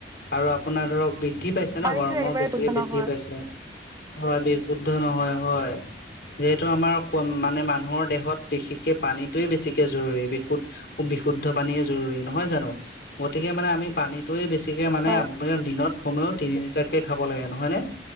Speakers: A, on the left; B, on the right.
A: আৰু আপোনাৰ ধৰক বৃদ্ধি পাইছে
B: পানীটো
A: ন গৰমৰ
B: একেবাৰে
A: বেছিকে
B: শুদ্ধ
A: বৃদ্ধি
B: নহয়
A: পাইছে। হয় বিশুদ্ধ নহয় হয়। যিহেতু আমাৰ মানে মানুহৰ দেহত বিশেষকে পানীতয়ে বেছিকে জৰুৰী বিশুদ <unintelligible> বিশুদ্ধ পানীয়েে জৰুৰী নহয় জানোঁ? গতিকে মানে আমি পানী তোৱে বেছিকে মানে
B: হয়
A: আপাৰ দিনত সময়ও তিনিটাতকে খাব লাগে নহয়নে?